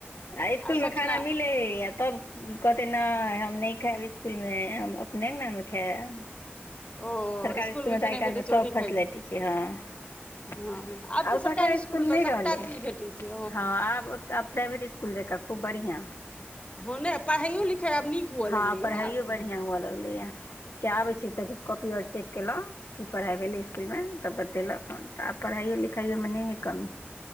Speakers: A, on the left; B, on the left.
A: आ इसकुलमें
B: सभसँ
A: खाना
B: ने
A: मिलै हइ आ तब कहतै नै हम नै खायब इसकुलमें हम अपने अंगना मे खायब।
B: ओ
A: सरकारी
B: इसकुलमे
A: इसकुलमें तऽ
B: खेनाइ
A: आइ काल्हिमें
B: भेटैत छै
A: सब
B: ओ नहि
A: फैसिलिटी
B: खाइत छथिन
A: छै हँ।
B: हँ तऽ
A: आब सरकारी
B: इसकुलमे
A: इसकुल
B: तऽ
A: नहि
B: सभटा
A: रहलै
B: चीज भेटैत छै
A: हँ आब तऽ आब प्राइवेट इसकुल जकाँ खूब बढ़ियाँ।
B: हँ नै पढ़ाइयओ- लिखाइ आब नीक हुअ
A: हँ
B: लगलैए
A: पढ़ाइयो
B: आब।
A: बढ़िआँ हुअ किया आबे छी तऽ काॅपी आर चेक केलाउ। की पढ़ाइ भेलै इसकुलमें तऽ बतेलक हन तऽ आब पढ़ाइयओ- लिखाइयओमें नै हइ कमी।